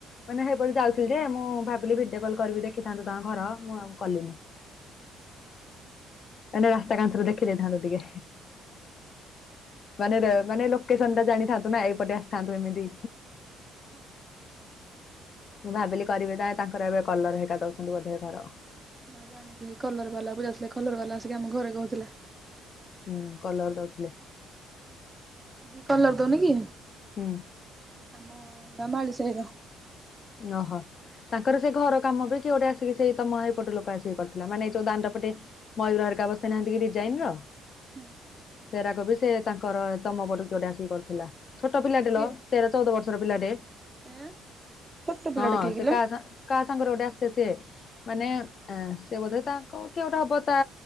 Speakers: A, on the left; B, on the right.
A: ମାନେ ସେଇପଟେ ଯାଉଥିଲି ଯେ ମୁଁ ଭାବିଲି ଭିଡିଓ କଲ କରିବି ଦେଖିଥାନ୍ତୁ। ତାଙ୍କ ଘର ମୁଁ ଆଉ କଲିନି। ମାନେ ରାସ୍ତା କାନ୍ଥରୁ ଦେଖି ଦେଇଇଥାନ୍ତୁ ଟିକେ। ମାନେ ମାନେ ଲୋକେସନ ଟା ଜାଣିଥାନ୍ତୁ ନା ଏଇପଟେ। ଥାନ୍ତୁ ଏମିତି। ମୁଁ ଭାବିଲି କରିବି ନା ତାଙ୍କର ଏବେ କଲର ହେରିକା ଦଉଛନ୍ତି ବୋଧେ ଘର।
B: ହଁ ଜାଣିଚି କଲର ବାଲାକୁ ଯାଉଥିଲେ କଲର ବାଲା ଆସିକି ଆମକୁ ଘରେ କହୁଥିଲା।
A: ହୁଁ କଲର ଦଉଥିଲେ।
B: ଯିଏ କଲର ଦଉନି କି,
A: ହୁଁ
B: ଆମ ମାଳି ସାଇର।
A: ଓହୋ। ତାଙ୍କର ସେ ଘର କାମ ବି କିଏ ଗୋଟେ ଆସିକି ସେଇ ତମ ଏପଟୁ ଲୋକ ଆସିକି କରିଥିଲା। ମାନେ ଯୋଉ ଦାଣ୍ଡ ପଟେ ମୟୂର ହେରିକା ବସେଇ ନାହାନ୍ତି କି ଡିଜାଇନ ର।
B: ହୁଁ।
A: ସେରା କ ବିି ସେ ତାଙ୍କର ତମ ପଟୁ କିଏ ଗୋଟେ ଆସିକି କରିଥିଲା। ଛୋଟ ପିଲାଟେ
B: କିଏ
A: ଲୋ ତେର ଚଉଦ ବର୍ଷ ର ପିଲା ଟେ।
B: ଆଁ ଛୋଟ ପିଲାଟେ
A: ହଁ
B: କିଏ କିଲୋ
A: ସେ କାହା ସାଙ୍ଗ କାହା ସାଙ୍ଗରେ ଗୋଟାଏ ସିଏ ସିଏ ମାନେ ସିଏ ବୋଧେ ତାଙ୍କ କିଏ ଗୋଟେ ହବ ତା